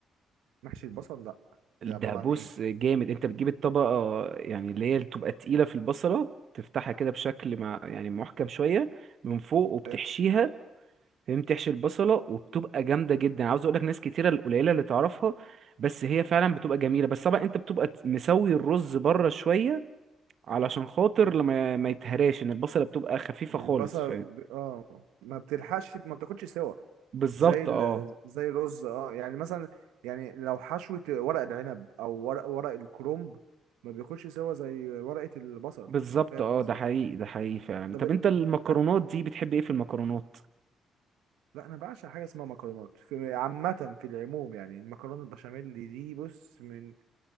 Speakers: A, on the right; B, on the right.
A: محشي البصل لا
B: ده
A: ده عبارة
B: بص
A: عن ايه
B: جامد انت بتجيب الطبقة يعني اللي هي بتبقى تقيلة في البصلة تفتحها كده بشكل مع يعني محكم شوية من فوق وبتحشيها
A: حلو
B: فاهم تحشي البصلة وبتبقى جامدة جدا عاوز اقولك ناس كتيرة القليلة اللي تعرفها بس هي فعلا بتبقى جميلة بس طبعا انت بتبقى ت- مسوي الرز بره شوية علشان خاطر
A: آه.
B: لما ما يتهراش ان البصلة بتبقى خفيفة
A: البصل
B: خالص فاهم
A: ب... اه ما بتلحقش ما بتاخدش سوا
B: بالظبط
A: زي ال...
B: اه
A: زي الرز اه يعني مثلا يعني لو حشوة ورق العنب او ورق ورق الكرنب ما بياخدش سوا زي ورقة البصل
B: بالظبط
A: انا فاهم
B: اه
A: قصدك
B: ده حقيقي ده حقيقي فعلا
A: طب
B: طب انت المكرونات
A: أك-
B: دي بتحب ايه في المكرونات
A: لا انا بعشق حاجة اسمها مكرونات في عامة في العموم يعني المكرونة البشاميل دي بص من